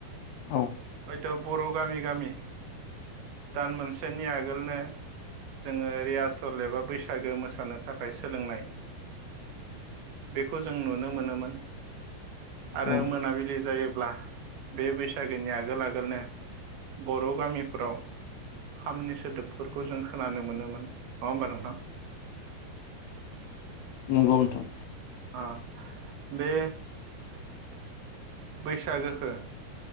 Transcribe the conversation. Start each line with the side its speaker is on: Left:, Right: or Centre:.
Left: औ
Right: हयथ बर गामि गामि दान मोनसेनि आगोलनो जोङो रिहारसल एबा बैसागो मोसानो थाखाय सोलोंनाय बेखौ जों नुनो मोनोमोन आरो
Left: औ
Right: मोनाबिलि जायोब्ला बे बैसागोनि आगोल आगोलनो बर गामि फोराव खामनि सोदोबफोरखौ जों खोनानो मोनोमोन नङा होमबा नोंथां?
Left: नंगौ नोंथां
Right: अ बे बैसागोखो